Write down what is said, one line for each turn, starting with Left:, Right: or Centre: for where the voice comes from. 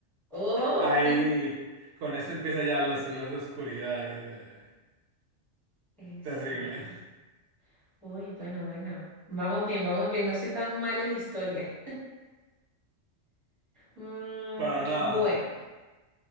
Centre: Oh,
Right: ahí con eso empieza ya los siglos de oscuridad y de...
Centre: <laughs> exacto.
Right: Terrible.
Centre: Uy, bueno, bueno. Vamos bien, vamos bien. No soy tan mal en historia. Mm,
Right: Para nada.
Centre: bueno,